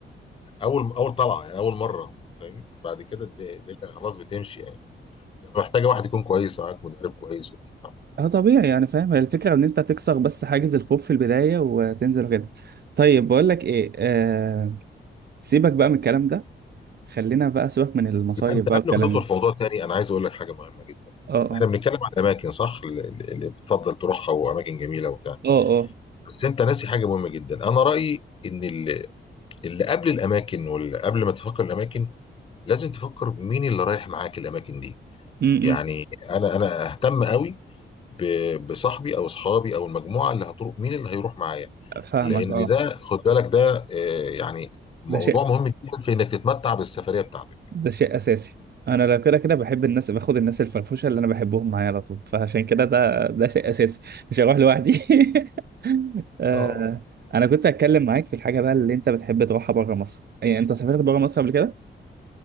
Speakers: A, on the left (about 25°); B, on the right (about 55°).
A: اول اول طلعه يعني اول مره فاهم بعد كده الد- الدنيا خلاص بتمشي يعني لما محتاجه واحد يكون كويس معاك مدرب كويس وبتاع
B: اه طبيعي يعني فاهم هي الفكرة ان انت تكسر بس حاجز الخوف في البداية وتنزل وكده طيب بقول لك ايه آه سيبك بقى من الكلام ده خلينا بقى سيبك من المصايب
A: لا انت
B: بقى
A: قبل
B: والكلام
A: ما تدخل
B: ده
A: في موضوع تاني انا عايز اقول لك حاجه مهمه جدا
B: اه اه
A: احنا بنتكلم عن اماكن صح اللي اللي بتفضل تروحها واماكن جميله وبتاع
B: اه اه
A: بس انت ناسي حاجه مهمه جدا انا رايي ان ال اللي قبل الاماكن واللي قبل ما تفكر الاماكن لازم تفكر مين اللي رايح معاك الاماكن دي
B: امم
A: يعني انا انا اهتم قوي ب- بصاحبي او اصحابي او المجموعه اللي هتروح مين اللي هيروح معايا
B: فاهمك
A: لان
B: اه
A: ده خد بالك ده آه، يعني موضوع
B: ده شيء
A: مهم جدا في انك تتمتع بالسفريه بتاعتك
B: ده شيء اساسي انا لو كده كده بحب الناس باخد الناس الفرفوشة اللي انا بحبهم معايا على طول فعشان كده ده ده شيء اساسي مش هروح لوحدي <laughs> آه
A: اه
B: انا كنت هتكلم معاك في الحاجة بقى اللي انت بتحب تروحها بره مصر يعني انت سافرت بره مصر قبل كده